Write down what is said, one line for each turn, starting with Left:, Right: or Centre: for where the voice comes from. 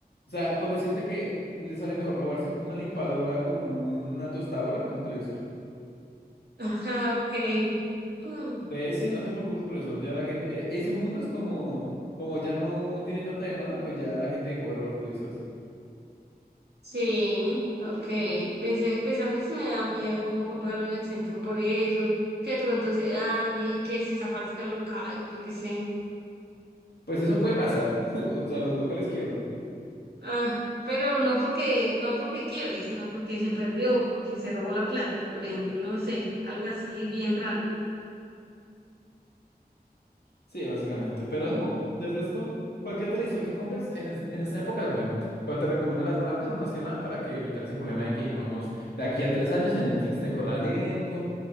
Left: O sea, con decirte que le sale mejor robarse una licuadora con una tostadora que un televisor.
Right: Ajá, Okay. Mm,
Left: Entonces, sí, no te preocupes por eso. Ya la gente, e- ese mundo es como, como ya no tiene tanta demanda, pues ya la gente dejó de robar televisores.
Right: Sí, okay. Pensé, pues a mí se me da miedo cómo compraron el centro por eso, que de pronto se dañe y que se desaparezca el local, yo qué sé.
Left: Pues eso puede pasar. <laughs> O sea, los locales quiebran.
Right: Ah, pero no porque, no porque quiebre, sino porque se perdió, porque se robó la plata, por ejemplo, no sé, algo así bien raro.
Left: Sí, básicamente, pero no, del resto, cualquier televisor que compres en, es- en esa época es bueno, pero te recomiendo las marcas más que nada para que evitar ese problema de que, digamos, de aquí a tres años el Netflix te corra lento